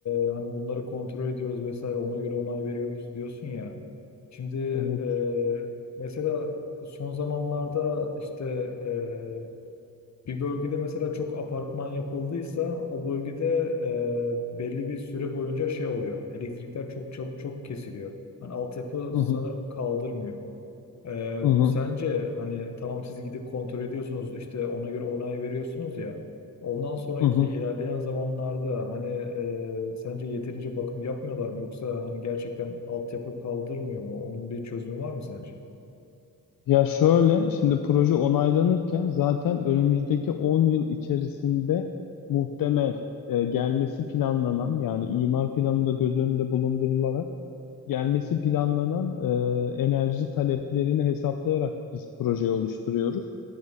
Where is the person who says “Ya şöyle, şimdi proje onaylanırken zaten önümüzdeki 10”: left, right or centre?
Left